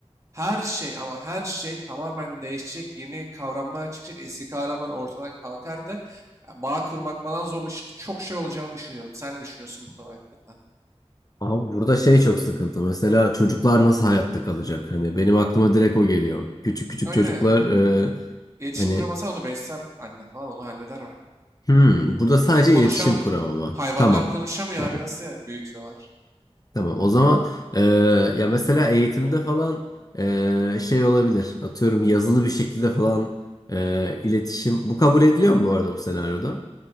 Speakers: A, on the right; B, on the left.
A: her şey ama her şey tamamen değişecek. Yeni kavramlar çıkacak. Eski kavramlar ortadan kalkardı. Yani bağ kurmak falan zorlaştı. Çok şey olacağını düşünüyorum. Sen ne düşünüyorsun bu konu hakkında?
B: Abi burada şey çok sıkıntı. Mesela çocuklar nasıl hayatta kalacak? Hani benim aklıma direkt o geliyor. Küçük küçük
A: Ama
B: çocuklar
A: yine
B: e,
A: iletişim
B: hani
A: kuramasa onu besler anne falan onu halleder bence.
B: hmm, burada sadece
A: Çünkü konuşam
B: iletişim kuramama.
A: hayvanlar
B: Tamam.
A: konuşamıyor
B: Tamam.
A: abi nasıl ya- büyütüyorlar?
B: Tamam. O zaman e, ya mesela eğitimde falan e, şey olabilir. Atıyorum yazılı bir şekilde falan e, iletişim. Bu kabul ediliyor mu bu arada bu senaryoda